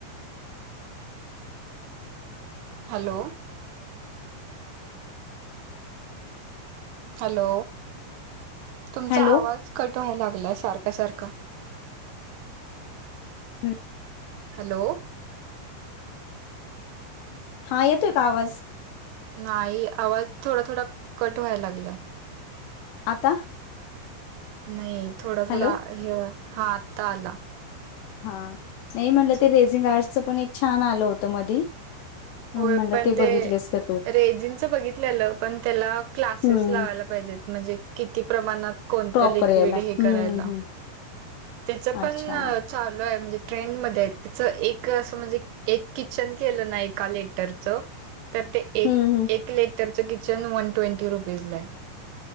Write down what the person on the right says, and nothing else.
हॅलो हॅलो तुमचा
आवाज कट होयाला लागलाय सारखा सारखा
हॅलो
नाही आवाज थोडा थोडा कट होयला लागलाय
नाही थोडा
थोडा हे हा आता आला
होय
पण ते
रेजिंगच बघितलेलं पण त्याला क्लासेस
लावायला पा पाहिजेत म्हणजे किती प्रमाणात? कोणतं
लिक्विड
हे करायला,
त्याच पण
चालू आहे म्हणजे ट्रेंन मध्ये आहेतचं एक असं म्हणजे एक किचन केलं ना एक एका लेटरचं तर ते एक
एक लेटरचं किचन वन ट्वेंटी रुपीजला आहे.